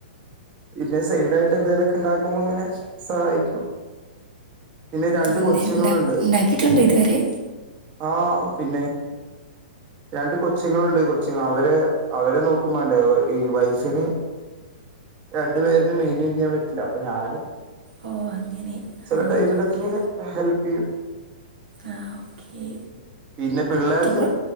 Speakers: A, on the right; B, on the right.
A: പിന്നെ സൈഡായിട്ട് എന്തെലൊക്കെ ഇണ്ടാക്കുമ്പോ അങ്ങനെ സഹായിക്കും പിന്നെ രണ്ട്
B: ആ എന്തെങ്കിലും
A: കൊച്ചങ്ങളുണ്ട്
B: ഉണ്ടാ ഉണ്ടാക്കിയിട്ടുണ്ടോ ഇതുവരെ
A: ആ പിന്നെ രണ്ട് കൊച്ചിങ്ങുണ്ട് കൊച്ചി അവരെ അവരെ നോക്കുമ്പണ്ടേ ഈ വൈഫിന് രണ്ടു പേരും മെയിന്റയിൻ ചെയ്യാൻ പറ്റില്ല അപ്പൊ ഞാന്
B: ഓ അങ്ങനെ
A: ചെല
B: ആ
A: ടൈമിലൊക്കെ
B: ഓക്കെ
A: ഇങ്ങനെ ഹെൽപ് ചെയ്യും
B: ആ ഓക്കെ
A: പിന്നെ പിള്ളേർ
B: ടൂർ